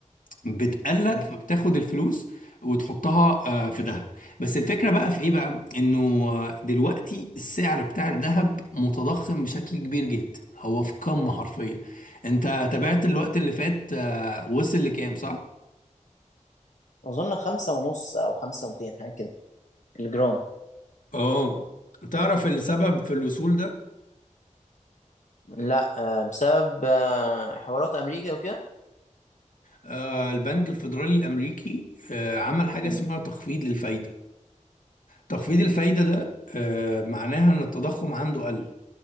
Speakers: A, on the left (about 85°); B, on the left (about 65°).
A: بتقلق
B: مم.
A: فبتاخد الفلوس وتحطها آه، في ذهب بس الفكرة بقى في ايه بقى انه آه، دلوقتي السعر بتاع الذهب متضخم بشكل كبير جدا هو في قمة حرفيا انت تابعت الوقت اللي فات آه، وصل لكام صح؟
B: اظن خمسة ونص او خمسة ومتين حاجة كده الجرام
A: اه تعرف السبب في الوصول ده
B: لا آه، بسبب آه، حوارات امريكا وكده
A: آه البنك الفيدرالي الامريكي آه عمل حاجه
B: مم.
A: اسمها تخفيض للفايده تخفيض الفايده ده آه معناها ان التضخم عنده قل